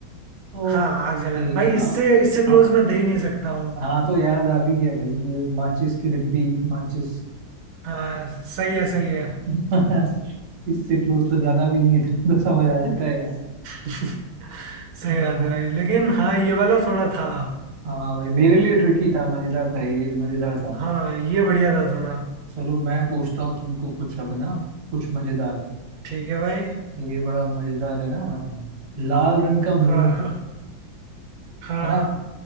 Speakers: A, on the right; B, on the right.
A: ओके
B: हाँ आग जलाने भाई
A: आ,
B: इससे इससे क्लोज
A: आ,
B: मैं दे ही नहीं सकता हूँ
A: हाँ तो याद आ भी गया भाई ये माचिस की डिब्बी माचिस
B: हाँ सही है सही है
A: <laughs> इससे क्लोज तो जाना भी नहीं था तो समझ आ जाता है यार
B: <laughs> सही
A: हाँ
B: बात है भाई लेकिन हाँ ये वाला थोड़ा था
A: हाँ भाई मेरे लिए ट्रिकी था मजेदार था ये मजेदार था
B: हाँ ये बढ़िया था थोड़ा
A: चलो मैं पूछता हूँ तुमको कुछ अब ना कुछ मजेदार
B: ठीक है भाई
A: ये बड़ा मजेदार है ना लाल रंग का मुंह
B: हाँ हाँ हाँ
A: है
B: हाँ,
A: ना